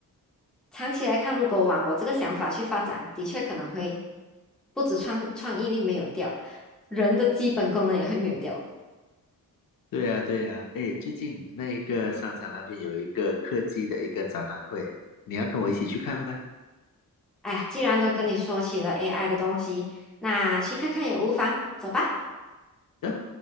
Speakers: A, in the centre; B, on the left.
A: 长期来看，如果往我这个想法去发展，的确可能会不止创创意力没有掉，人的基本功能也会没有掉。
B: 对呀、对呀、哎，最近那一个商场那边有一个科技的一个展览会，你要跟我一起去看吗？
A: 哎，既然都跟你说起了 AI 的东西，那去看看也无妨，走吧。
B: 啊，